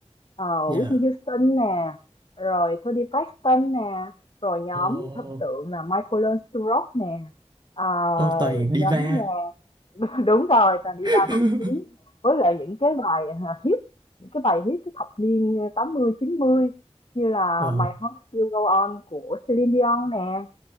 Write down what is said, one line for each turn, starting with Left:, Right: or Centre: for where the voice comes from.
Left: ờ,
Right: dạ.
Left: Whitney Houston nè, rồi Toni Braxton nè, rồi nhóm
Right: Ồ,
Left: thần tượng là Michael Learns to Rock nè, ờ,
Right: ô toàn
Left: nhóm
Right: diva.
Left: nhạc <laughs> đúng rồi toàn diva
Right: <laughs>
Left: nổi tiếng với lại những cái bài à, hit những cái bài hit cái thập niên tám mươi chín mươi như là
Right: Ồ,
Left: My Heart Will Go On của Celine Dion nè,